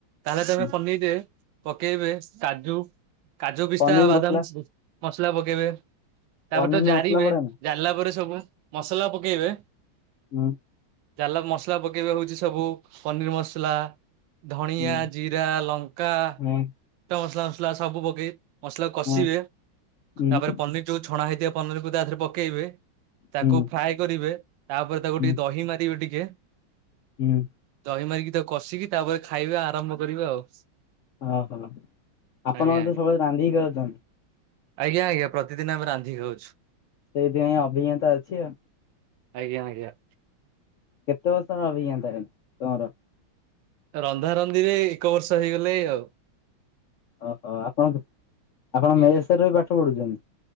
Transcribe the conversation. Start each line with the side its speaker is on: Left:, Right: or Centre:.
Right: ତାହେଲେ ତୋମେ
Left: ହୁଁ
Right: ପନିର୍ ରେ ପକେଇବେ କାଜୁ କାଜୁ ପିସ୍ତା
Left: ପନିର
Right: ବାଦାମ
Left: ମସଲା
Right: ମସଲା ପକେଇବେ। ତାପରେ
Left: ପନିର
Right: ତ ଜାରିବେ।
Left: ମସଲା ପଡେ ନା?
Right: ଜାରିଲା ପରେ ପରେ ସବୁ ମସଲା ପକେଇବେ।
Left: ଉଁ,
Right: ଚାଲ ମସଲା ପକେଇବେ ହଉଚି ସବୁ ପନିର୍ ମସଲା। ଧଣିଆ,
Left: ହୁଁ
Right: ଜିରା, ଲଙ୍କା
Left: ହଁ
Right: ତ ମସଲା ମସଲା ସବୁ ପକେଇ ମସଲା କଷିବେ
Left: ହଁ ହୁଁ
Right: ତାପରେ ପନିର୍ ଯୋଉ ଛଣା ହେଇଥିବ ପନିର୍ କୁ ତା ଦେହରେ ପକେଇବେ। ତାକୁ
Left: ହୁଁ
Right: ଫ୍ରାଏ କରିବେ। ତାପରେ ତାକୁ
Left: ହୁଁ
Right: ଟିକେ ଦହି ମାରିବେ ଟିକେ।
Left: ହୁଁ
Right: ଦହି ମାରିକି ତାକୁ କଷିକି ତାପରେ ଖାଇବା ଆରମ୍ଭ କରିବେ ଆଉ।
Left: ଓହୋ! ଆପଣ
Right: ଆଜ୍ଞା
Left: ମତେ
Right: ଆଜ୍ଞା।
Left: ସବୁବେଳେ ରାନ୍ଧିକିା ଖାଉଚନ୍ତି?
Right: ଆଜ୍ଞା, ଆଜ୍ଞା, ପ୍ରତିଦିନ ଆମେ ରାନ୍ଧିକି ଖାଉଛୁ।
Left: ସେଇଥିପାଇଁ ଅଭିଜ୍ଞତା ଅଛି ଆଉ।
Right: ଆଜ୍ଞା, ଆଜ୍ଞା।
Left: କେତେ ବର୍ଷର ଅଭିଜ୍ଞତା <unintelligible> ତୋମର?
Right: ରନ୍ଧାରନ୍ଧିରେ ଏକ ବର୍ଷ ହେଇଗଲେ ଆଉ।
Left: ଓହୋ! ଆପଣ ଆପଣ
Right: ଆଜ୍ଞା।
Left: ମେସ୍ ରେ ରହି ପାଠ ପଢୁଛନ୍ତି?